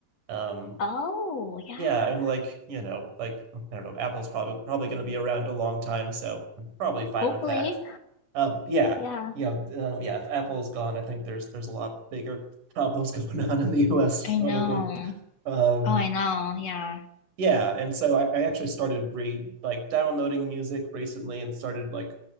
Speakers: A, on the right; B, on the left.
A: Um,
B: Oh, yeah.
A: yeah, and like, you know, like I don't know, Apple's probably probably going to be around a long time, so I'm probably fine
B: Hopefully.
A: with that. Um, yeah,
B: Yeah.
A: you know, um, yeah. If Apple is gone, I think there's there's a lot bigger <laughs> problems going on in the U.S.
B: I know.
A: Probably. Um,
B: Oh, I know. Yeah.
A: yeah, and so I, I actually started read like downloading music recently and started like